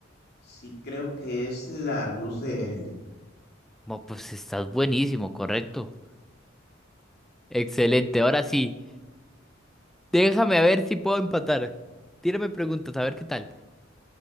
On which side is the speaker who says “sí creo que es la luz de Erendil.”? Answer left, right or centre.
Left